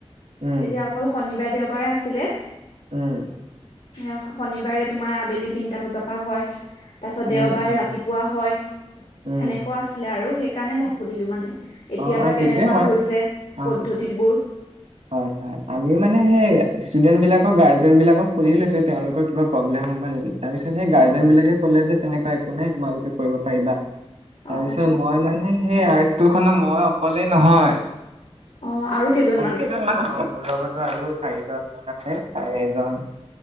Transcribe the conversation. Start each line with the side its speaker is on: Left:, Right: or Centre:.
Right: উম
Left: তেতিয়া অকল শনিবাৰে দেওবাৰে আছিলে।
Right: উম।
Left: সেয়া শনিবাৰে তোমাৰ আবেলি তিনিটা বজাৰ পৰা হয়। তাৰপাছত দেওবাৰে
Right: উম উম
Left: ৰাতিপুৱা হয়
Right: উম,
Left: সেনেকোৱা আছিলে আৰু সেইকাৰণে মই সুধিলো মানে। এতিয়াবা
Right: অ', অ', সেইটোৱে
Left: কেনেকোৱা
Right: হয়,
Left: হৈছে
Right: অ',
Left: পদ্ধতিবোৰ।
Right: হয় হয়। আমিও মানে সেই ষ্টুডেন্ট বিলাকক গাৰ্জেন বিলাকক সুধি লৈছো তেওঁলোকৰ কিবা প্ৰব্লেম হ'ব নেকি। তাৰপিছত সেই গাৰ্জেন
Left: অ
Right: বিলাকে কলে যে তেনেকোৱা একো নাই তোমালোকে কৰিব পাৰিবা। তাৰপিছত
Left: অ
Right: মই মানে সেই আৰ্ট স্কুলখনৰ মই অকলেই নহয়।
Left: অ আৰু কেইজন
Right: কেইজনমান আছে মোৰ লগতো আৰু চাৰিজন মান আছে তাৰে এজন